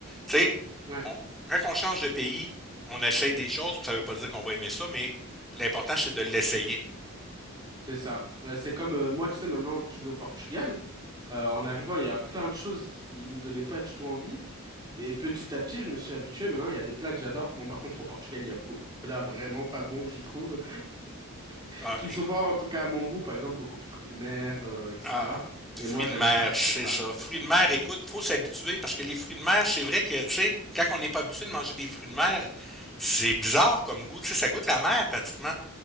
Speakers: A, in the centre; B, on the right.
A: Tu sais,
B: Ouais.
A: on- quand on change de pays, on essaye des choses, puis ça veut pas dire qu'on va aimer ça, mais l'important, c'est de l'essayer.
B: C'est ça. Bah, c'est comme euh, moi, tu sais, maintenant que je vis au Portugal, euh, en arrivant, il y a plein de choses qui me donnaient pas du tout envie. Et petit à petit, je me suis habitué. Maintenant, il y a des plats que j'adore. Bon, par contre, au Portugal, il y a beaucoup de plats vraiment pas bons, je trouve, <laughs>
A: Ah,
B: qui
A: écoute,
B: sont pas en tout cas à mon goût. Par exemple, beaucoup de fruits de mer, euh, etc.
A: ah,
B: Et
A: fruits
B: moi,
A: de
B: j'aime
A: mer,
B: pas trop
A: c'est
B: ça.
A: ça. Fruits
B: tu vois.
A: de mer, écoute, faut s'habituer, parce que les fruits de mer, c'est vrai que, tu sais, quand on n'est pas habitué de manger des fruits de mer, c'est bizarre comme goût, tu sais, ça goûte la mer, pratiquement.